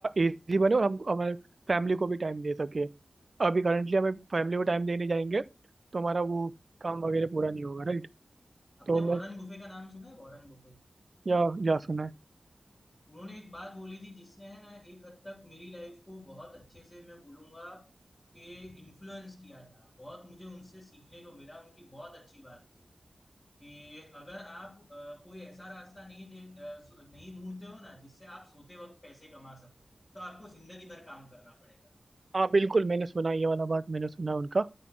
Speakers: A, on the right; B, on the left.
A: इजी बने और हम हमारे फैमिली को भी टाइम दे सके अभी करंटली हमें फैमिली को टाइम देने जाएंगे तो हमारा वो काम वगैरह पूरा नहीं होगा राइट
B: आपने
A: तो
B: वॉरेन
A: मैं
B: बुफे का नाम सुना है वॉरेन बुफेट
A: या या सुना है
B: उन्होंने एक बात बोली थी जिसने है ना एक हद तक मेरी लाइफ को बहुत अच्छे से मैं बोलूंगा कि इन्फ्लुएंस किया था बहुत मुझे उनसे सीखने को मिला उनकी बहुत अच्छी बात थी कि अगर आप अ, कोई ऐसा रास्ता नहीं दे अ, नहीं ढूंढते हो ना जिससे आप सोते वक्त पैसे कमा सको तो आपको जिंदगी भर काम करना पड़ेगा
A: हाँ बिल्कुल मैंने सुना है, ये वाला बात मैंने सुना है उनका